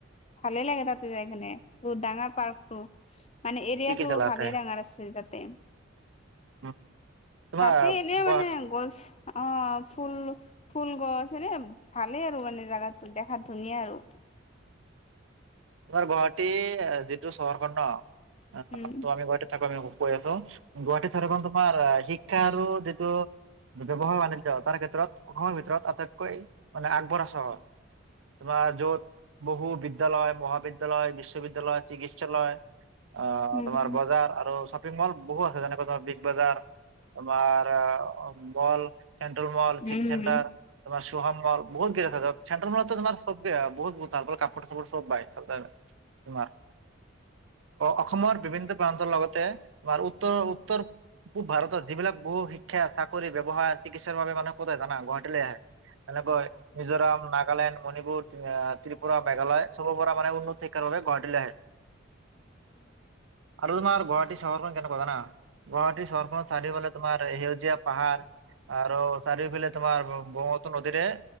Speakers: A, on the left (about 30°); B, on the right (about 75°).
A: ভালেই লাগে তাতে যাই কিনে। বহুত ডাঙৰ পাৰ্কটো, মানে এৰিয়াটো
B: কি কি চালা
A: ভালে
B: তাতে?
A: ডাঙৰ আছে তাতে।
B: উম। তোমাৰ
A: তাতে এনেই
B: গুৱা
A: মানে গছ অ। ফুল- ফুল গছ এনে ভালেই আৰু মানে জাগাটো দেখাত ধুনীয়া আৰু।
B: তোমাৰ গুৱাহাটী, যিটো চহৰখনৰ ন ত,
A: উম
B: আমি গুৱাহাটীত থাকোঁ আমি গৈ আহিছো। গুৱাহাটীত থাকি গ'ল তোমাৰ শিক্ষা আৰু যিটো ব্যৱসায় বাণিজ্যতাৰ ক্ষেত্ৰত অসমৰ ভিতৰত আটাইতকৈ মানে আগবঢ়া চহৰ। তোমাৰ য'ত বহু বিদ্যালয়, মহাবিদ্যালয়, বিশ্ববিদ্যালয়, চিকিৎসালয় অ,
A: উম
B: তোমাৰ বজাৰ আৰু শ্বপিং মল বহু আছে। যেনেকৈ তোমাৰ বি বিগ বজাৰ, আমাৰ mall, central mall, city
A: um
B: centre
A: um
B: তোমাৰ চোহান মল বহুত দেখা যায়, চেণ্টাৰ মলটো তোমাৰ চবেই বহুত- বহুত ভাল কাপোৰ চাপোৰ চব পায়। পোৱা যায়, তোমাৰ। অসমৰ বিভিন্ন প্ৰান্তৰ লগতে তোমাৰ উত্তৰ- উত্তৰ পূব ভাৰতত যিবিলাক বহু শিক্ষা, চাকৰি, ব্যৱসায়, চিকিৎসাৰ বাবে মানুহে ক'ত আহে জানা, গুৱাহাটীলৈ আহে। যেনেকৈ মিজোৰাম, নাগালেণ্ড, মণিপুৰ, ত্ৰিপুৰা, মেঘালয় চবৰ পৰা- উন্নতিৰ কাৰণে গুৱাহাটীলৈ আহে। আৰু তোমাৰ গুৱাহাটী চহৰখন কেনেকুৱা জানা, গুৱাহাটীচহৰখনৰ চাৰিওফালে তোমাৰ সেউজীয়া পাহাৰ আৰু চাৰিওফালে তোমাৰ ব্ৰহ্মপুত্ৰৰ নদীৰে